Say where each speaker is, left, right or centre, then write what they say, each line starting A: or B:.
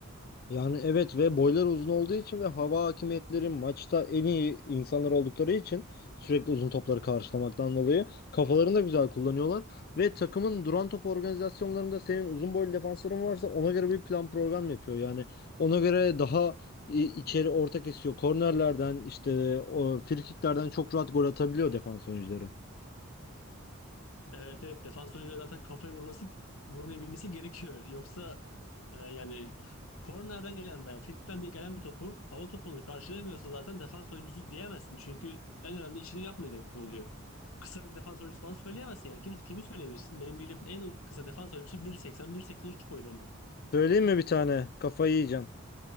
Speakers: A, on the left; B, on the left.
A: Yani evet ve boyları uzun olduğu için ve hava hakimiyetleri maçta en iyi insanlar oldukları için sürekli uzun topları karşılamaktan dolayı kafalarını da güzel kullanıyorlar. Ve takımın duran top organizasyonlarında senin uzun boylu defansların varsa ona göre bir plan program yapıyor. Yani ona göre daha i- içeri orta kesiyor. Kornerlerden işte o frikiklerden çok rahat gol atabiliyor defans oyuncuları.
B: Evet evet defans oyuncuları zaten kafayı vurması vurmayı bilmesi gerekiyor. Yoksa e, yani kornerden gelen veya frikikten bir gelen bir topu hava topunu karşılayamıyorsa zaten defans oyuncusu diyemezsin. Çünkü en önemli işini yapmıyor demek ki oluyor. Kısa bir defans oyuncusu bana söyleyemezsin yani. Kim, kimi söyleyebilirsin? Benim bildiğim en kısa defans oyuncusu 1.80 üç boylarında.
A: Söyleyeyim mi bir tane? Kafayı yiyeceksin.